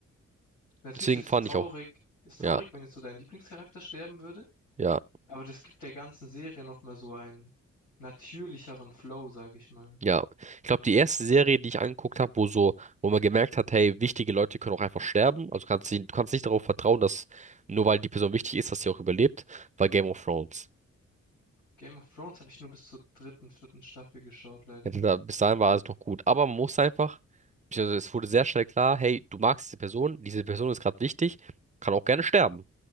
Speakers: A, on the left (about 85°); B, on the right (about 25°).
A: Natürlich
B: Deswegen
A: ist
B: fand
A: traurig,
B: ich auch,
A: ist
B: ja,
A: traurig, wenn jetzt so dein Lieblingscharakter sterben würde,
B: ja,
A: aber das gibt der ganzen Serie nochmal so einen natürlicheren Flow, sag ich mal.
B: ja. Ich glaube, die erste Serie, die ich angeguckt habe, wo so, wo man gemerkt hat, hey, wichtige Leute können auch einfach sterben. Also kannst sie, du kannst nicht darauf vertrauen, dass nur weil die Person wichtig ist, dass sie auch überlebt, war Game of Thrones.
A: Game of Thrones habe ich nur bis zur dritten, vierten Staffel geschaut, leider.
B: Ja, da, bis dahin war alles noch gut. Aber man muss einfach, beziehungsweise es wurde sehr schnell klar, hey, du magst diese Person, diese Person ist gerade wichtig, kann auch gerne sterben.